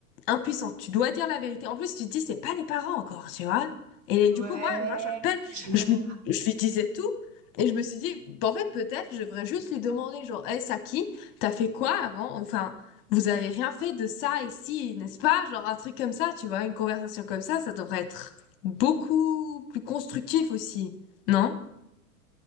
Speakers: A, on the left (about 40°); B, on the right (about 60°).
A: impuissant. Tu dois dire la vérité. En plus, tu te dis, c'est pas les parents encore, tu vois. Et du
B: Ouais,
A: coup, moi, moi, je me rappelle,
B: je vois.
A: je lui, je lui disais tout. Et je me suis dit, bah, en fait, peut-être, je devrais juste lui demander, genre, hey, Saki, t'as fait quoi avant? Enfin, vous avez rien fait de ça ici, n'est-ce pas? Genre, un truc comme ça, tu vois, une conversation comme ça, ça devrait être beaucoup plus constructif aussi, non?